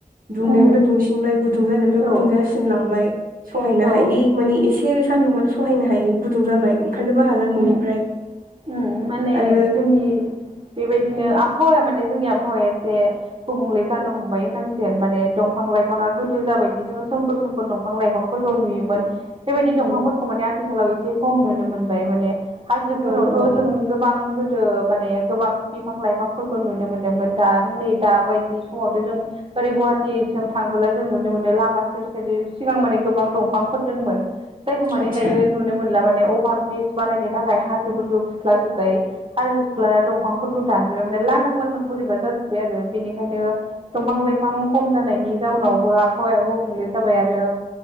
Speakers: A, on the right; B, on the right.
A: दुंनायनिफ्राय
B: उम
A: दुंसिनबाय गुदुं जानायनिफ्राय
B: औ
A: गुदुं जासिन लांबाय सहायनो
B: औ
A: हायै माने एसे सान्दुंबाथ सहायनो हायै गुदुं जाबाय ओंखारनोबो हाला न'निफ्राय
B: उम उम माने
A: आरो
B: जोंनि बेबायदिनो आबहावाया माने जोंनि आबहावाया एसे गुबुंले जानो हमबाय होनांसिगोन माने दंफां लाइफाङा गोदो जाबायदि जोङो सोमखोर सोमखोर दंफां लाइफांफोरखौ नुयोमोन बेबायदि दंफांफोरखौ
A: औ
B: माने आथिखालाव एसे खम नुनो मोनबाय माने हायजोफोरावथ'
A: औ औ
B: जों गोबां गो ओ माने गोबां बिफां लाइफांफोरखौ नुनो मोनदोंमोन दा नै दा बायदि समावथ' जों ओरै गुवाहाटिजों थांबोला जों नुनो मोनदों लामा सेर सेर सिगां माने गोबां दंफांफोर दोंमोन जायखौ माने
A: आदसा
B: दायो नुनो मोनला माने अभार ब्रिज बानायनो थाखाय हासोफोरखौ खुख्लाजोब्बाय हाजो खुख्ला दंफांफोरखौ दानजोबबाय माने लांदां लांदां बोरैबा जाजोब्बाय आरो बेनिखायनो दंफां लाइफां खम जानायनि जाउनावबो आबहावाया गुबुंले जाबाय आरो